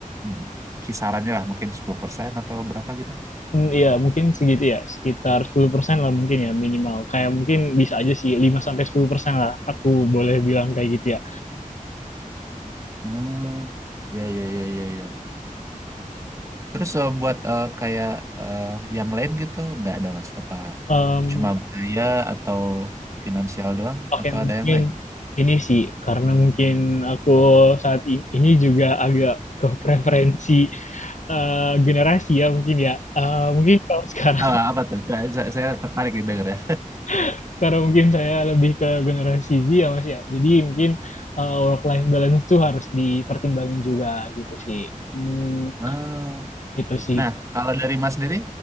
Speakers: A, on the right; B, on the left.
A: mm, kisarannya lah mungkin 10% atau berapa gitu.
B: Hmm, Iya, mungkin segitu ya, sekitar 10% lah mungkin ya minimal. Kayak mungkin bisa aja sih lima sampai sepuluh persen lah, aku boleh bilang kayak gitu ya.
A: Hmm, ya ya ya ya ya. Terus eh, buat eh, kayak eh, yang lain gitu nggak ada mas? Apa
B: Em,
A: cuma budaya atau finansial doang
B: Oke,
A: atau
B: mungkin
A: ada yang lain?
B: ini sih karena mungkin aku saat i- ini juga agak ke preferensi eh, generasi ya mungkin ya. Eh, mungkin kalau sekarang
A: Apa, apa tuh? Saya, saya, saya tertarik nih dengar ya.
B: <laughs> karena mungkin saya lebih ke generasi Z ya Mas ya. Jadi mungkin eh, work life balance tuh harus dipertimbangin juga gitu sih. Hmm,
A: Ah,
B: itu sih.
A: nah kalau dari mas sendiri